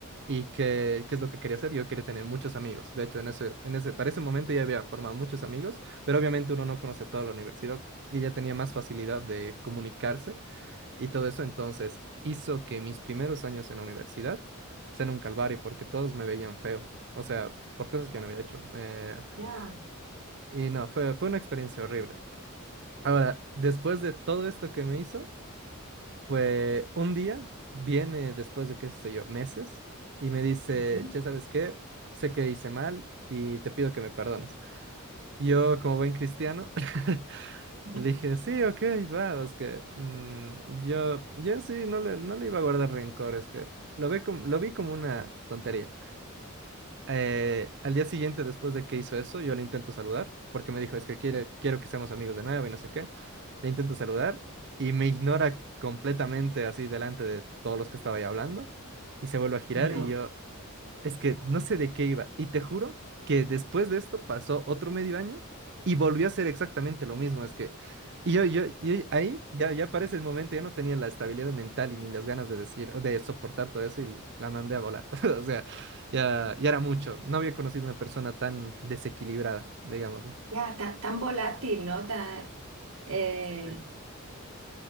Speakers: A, on the right; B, on the right.
A: ¿Y qué, qué es lo que quería hacer? Yo quería tener muchos amigos. De hecho, en ese, en ese, para ese momento ya había formado muchos amigos, pero obviamente uno no conoce a toda la universidad y ya tenía más facilidad de comunicarse y todo eso. Entonces, hizo que mis primeros años en la universidad sean un calvario porque todos me veían feo. O sea, por cosas que no había hecho. Eh,
B: Ya.
A: y no, fue, fue una experiencia horrible. Ahora, después de todo esto que me hizo... Pues un día viene después de qué sé yo, meses, y me dice,
B: Ujú.
A: che, ¿sabes qué? Sé que hice mal y te pido que me perdones. Yo, como buen cristiano, <laughs>
B: <laughs>
A: le dije, sí, ok, va, es que mm, yo, yo en sí no le, no le iba a guardar rencor, es que lo vi como, lo vi como una tontería. Eh, al día siguiente, después de que hizo eso, yo le intento saludar, porque me dijo, es que quiere, quiero que seamos amigos de nuevo y no sé qué. Le intento saludar y me ignora completamente así delante de todos los que estaba ahí hablando y se vuelve a girar
B: Pero
A: y yo, es que no sé de qué iba. Y te juro que después de esto pasó otro medio año y volvió a ser exactamente lo mismo. Es que, y yo, yo, y ahí ya, ya para ese momento ya no tenía la estabilidad mental y ni las ganas de decir, de soportar todo eso y la mandé a volar. <laughs> O sea, ya, ya era mucho. No había conocido una persona tan desequilibrada, digamos, ¿no?
B: Ya, ta- tan, volátil, ¿no? Tan, eh,
A: Sí.